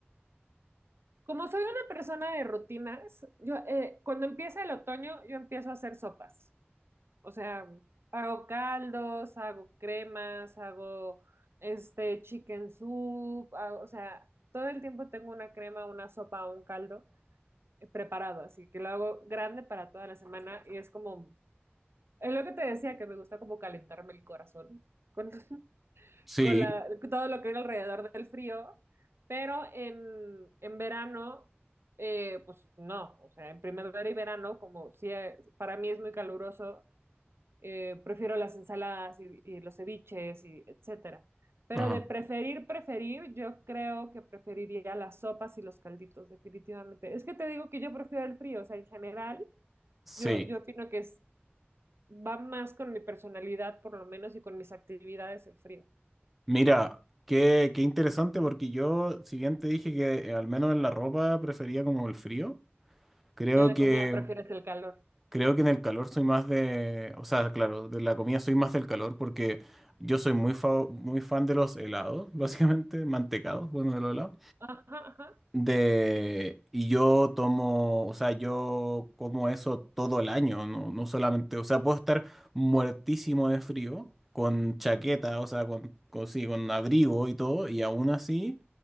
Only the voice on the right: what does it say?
Como soy una persona de rutinas, yo eh, cuando empieza el otoño, yo empiezo a hacer sopas. O sea, hago caldos, hago cremas, hago este chicken soup, hago- o sea, todo el tiempo tengo una crema, una sopa o un caldo eh, preparado, así que lo hago grande para toda la semana y es como, es lo que te decía, que me gusta como calentarme el corazón con, <laughs>
con la, todo lo que viene alrededor del frío, pero en, en verano, eh, pues no, o sea, en primavera y verano, como si para mí es muy caluroso eh, prefiero las ensaladas y, y los ceviches y etcétera. Pero
de preferir, preferir, yo creo que preferiría las sopas y los calditos, definitivamente. Es que te digo que yo prefiero el frío, o sea, en general,
yo, yo opino que es, va más con mi personalidad, por lo menos, y con mis actividades el frío.
En la
comida prefieres el calor.
Ajá, ajá.